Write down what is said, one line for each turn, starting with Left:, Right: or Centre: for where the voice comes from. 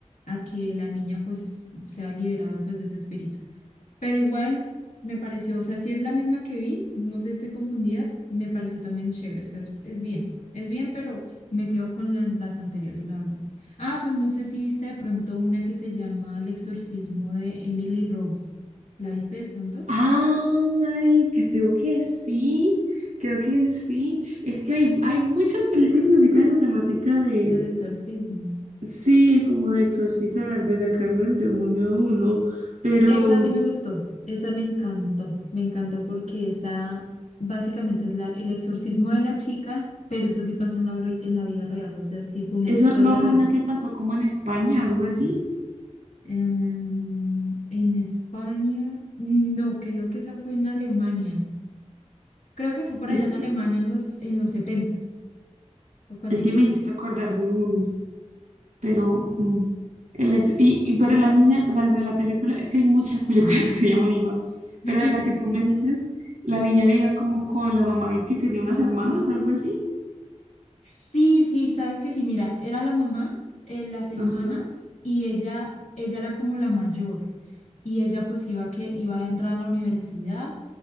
Left: a que la niña pues sea liberada pues de ese espíritu. Pero igual me pareció, o sea, si es la misma que vi, no sé, estoy confundida, me pareció también chévere, o sea, es, es bien, es bien, pero me quedo con la- las anteriores, la verdad. Ah, pues no sé si viste de pronto una que se llama El exorcismo de Emily Rose. ¿La viste de pronto?
Right: Ay, creo que sí, creo que sí. Es que hay, hay muchas películas así con esa temática de,
Left: Del exorcismo.
Right: sí, como de exorcizar, de sacarle el demonio a uno, pero
Left: Esa sí me gustó, esa me encantó, me encantó porque esa básicamente es la, el exorcismo de la chica, pero eso sí pasó en la, re- en la vida real, o sea, sí fue una
Right: eso
Left: historia
Right: no fue
Left: real.
Right: una que pasó como en España, algo así.
Left: Em, en España, no, creo que esa fue en Alemania. Creo que fue por
Right: Es
Left: allá en
Right: que,
Left: Alemania en los, en los setentas s lo cual
Right: es
Left: dices
Right: que me hiciste
Left: tú.
Right: acordar de uno, pero, mm, el ex- y, y- pero la niña, o sea, de la película, es que hay muchas <laughs> películas que se llaman igual,
Left: <laughs>
Right: pero de la que
Left: Sí.
Right: tú me dices, la niña vivía como con la mamá y que tenía unas hermanas, algo así.
Left: Sí, sí, sabes que sí, mira, era la mamá, eh, las hermanas
Right: Ajá.
Left: y ella, ella era como la mayor y ella pues iba que iba a entrar a la universidad